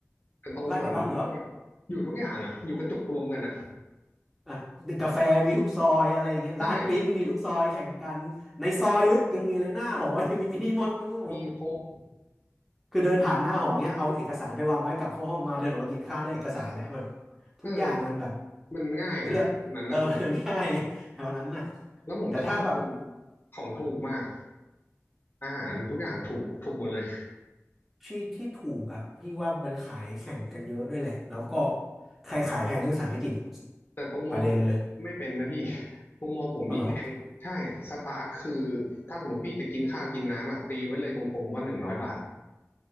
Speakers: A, on the left; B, in the centre.
A: แต่ตรงแถวนั้นมันก็แบบอยู่ทุกอย่างอ่ะอยู่กระจุกรวมกันอ่ะ
B: ลาดกระบังเหรอ อ่ะกาแฟมีทุกซอยอะไรอย่างเงี้ยร้านปริ้นมีทุกซอยแข่งกันในซอยลึกยังมีเลยหน้าหอยังมีมีหมดทุกหม
A: ใช่มีครบ
B: คือเดินผ่านหน้าหอเงี้ยเอาเอกสารไปวางไว้กลับเข้าห้องมาเดินออกมากินข้าวได้เอกสารแล้วแบบทุกอย่างมันแบบ
A: เออมันง่ายนะตรงนั้นอ่ะ
B: เรียบเออมันง่ายแถวนั้นน่ะ
A: แล้วผมชอบคือ
B: แต่ถ้าแบบ
A: ของถูกมากอาหารทุกอย่างถูกถูกหมดเลย
B: ที่ที่ถูกอ่ะพี่ว่ามันขายแข่งกันเยอะด้วยแหละแล้วก็ใครขายแพงนักศึกษาไม่กิน
A: แต่ตรงมอผมไม่เป็นนะพี่
B: ประเด็นเลย
A: <laughs> ตรงมอผมนี่แพงใช่สตาร์ทคือถ้าสมมติพี่จะกินข้าวกินน้ำอ่ะตีไว้เลยกลมๆว่าหนึ่งร้อยบาท
B: อร่อย